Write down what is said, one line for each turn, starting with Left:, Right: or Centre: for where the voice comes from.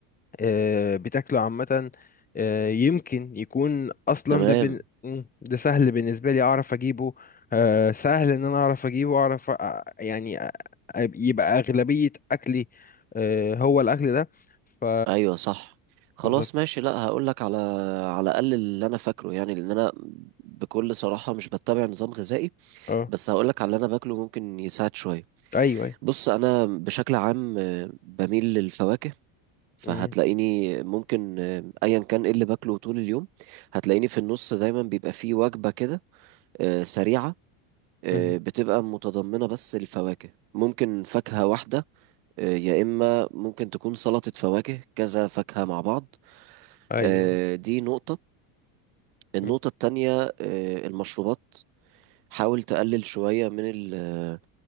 Left: آه، بتاكله عامه آه، يمكن يكون اصلا
Right: تمام
Left: ده بن... مم، ده سهل بالنسبه لي اعرف اجيبه آه، سهل ان انا اعرف اجيبه اعرف أ- يعني أ- يبقى اغلبيه اكلي آه، هو الاكل ده ف
Right: ايوه صح خلاص
Left: بالظبط
Right: ماشي لا هقولك على على الأقل اللي أنا فاكره يعني لأن أنا بكل صراحة مش بتبع نظام غذائي
Left: اه
Right: بس هقولك على اللي أنا باكله ممكن يساعد شوية
Left: ايوه ايوه
Right: بص أنا بشكل عام آه، بميل للفواكه فهتلاقيني
Left: مم،
Right: ممكن آه، ايا كان ايه اللي باكله طول اليوم هتلاقيني في النص دايما بيبقى فيه وجبة كده آه، سريعة آه،
Left: مم،
Right: بتبقى متضمنة بس الفواكه ممكن فاكهة واحدة آه، يا إما ممكن تكون سلطة فواكه كذا فاكهة مع بعض
Left: ايوه
Right: آه، دي نقطة النقطة
Left: مم،
Right: التانية آه، المشروبات حاول تقلل شوية من ال- آه،